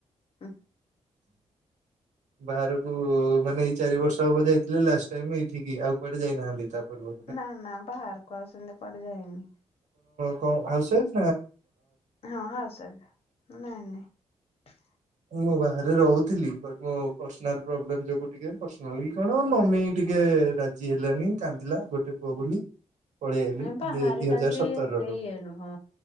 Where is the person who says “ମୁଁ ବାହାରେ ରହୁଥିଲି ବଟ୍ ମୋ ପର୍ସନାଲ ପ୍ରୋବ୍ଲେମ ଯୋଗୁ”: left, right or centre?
Right